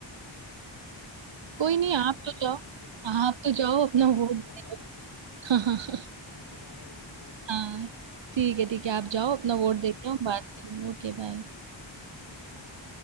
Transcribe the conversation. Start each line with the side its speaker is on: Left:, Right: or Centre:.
Left: ये बात है
Right: कोई नहीं
Left: खैर
Right: आप
Left: जाने
Right: तो
Left: दो
Right: जाओ
Left: यार इंडियन पॉलिटिक्स
Right: आप तो
Left: तो
Right: जाओ अपना
Left: काफी
Right: वोट दे
Left: लंबा टॉपिक है
Right: दो। <laughs>
Left: मैं तो जा रहा हूँ अपना वोट दे दूंगा
Right: हाँ
Left: सही बात है
Right: ठीक है ठीक है आप जाओ अपना वोट
Left: चलो
Right: दे के हम
Left: ठीक
Right: बात
Left: है
Right: करेंगे Okay bye
Left: ठीक है ओके बाय